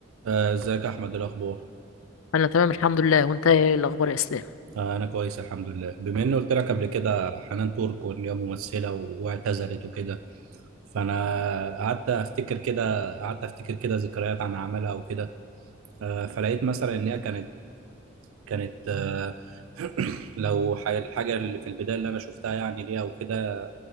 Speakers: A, on the right (about 80°); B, on the left (about 75°).
A: آه، ازيك يا احمد إيه الاخبار
B: انا تمام الحمد لله وانت ايه الاخبار يا اسلام
A: آه، انا كويس الحمد لله بما اني قلت لك قبل كده حنان ترك وان هي ممثله و- واعتزلت وكده فانا قعدت افتكر كده قعدت افتكر كده ذكريات عن اعمالها وكده آه، فلقيت مثلا ان هي كانت كانت آه، <clears throat> لو ح- الحاجه اللي في البدايه اللي انا شفتها يعني ليها وكده